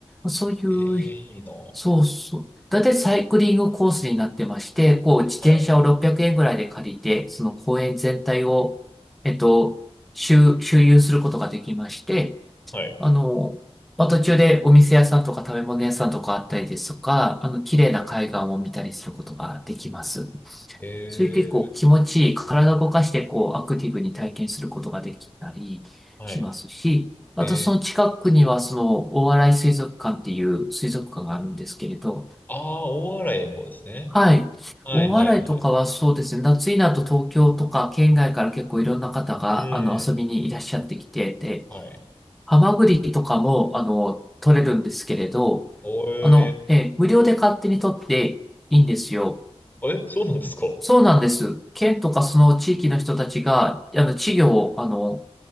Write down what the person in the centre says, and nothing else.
そういう、
そうそう。だいたいサイクリングコースになってまして、こう、自転車を600円ぐらいで借りて、
その公園全体を、えっと、周、周遊することができまして、
あの、まあ、途中でお店屋さんとか食べ物屋さんとかあったりですとか、あの、綺麗な海岸を見たりすることができます。
そういう結構気持ちいい、
体を動かしてこうアクティブに体験することができたりしますし、
あとその近くにはその大洗水族館っていう水族館があるんですけれど、
はい。
大洗とかはそうですね、夏になると東京とか県外から結構いろんな方があの遊びにいらっしゃってきてて、
ハマグリとかもあの取れるんですけれど、
あの、えー無料で勝手に取っていいんですよ。
そうなんです。県とかその地域の人たちが、あの、稚魚を、あの、